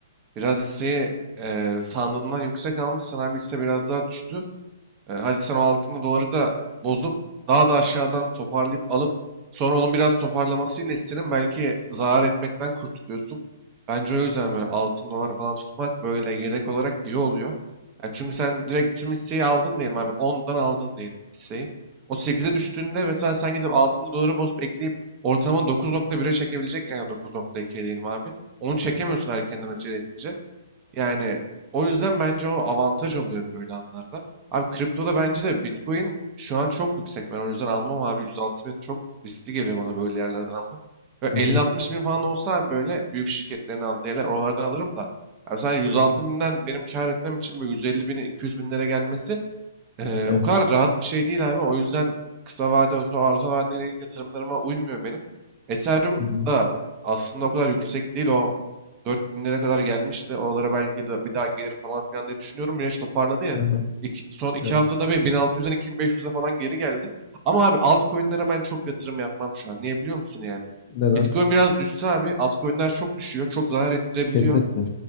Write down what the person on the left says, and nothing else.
Hı
hı.
Hı hı.
Evet.
Hı hı.
Hı hı.
Evet.
Neden?
Kesinlikle.